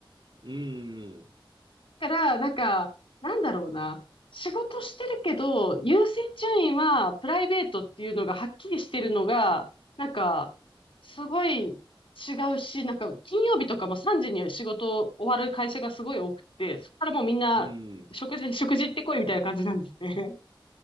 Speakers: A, on the right (about 60°); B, on the left (about 80°).
A: うん、
B: から、なんか、なんだろうな。仕事してるけど、優先順位はプライベートっていうのがはっきりしてるのが、なんか、すごい違うし、なんか、金曜日とかも3時に仕事終わる会社がすごい多くて、そこからもうみんな、
A: うん。
B: 食事、食事行ってこいみたいな感じなんですね。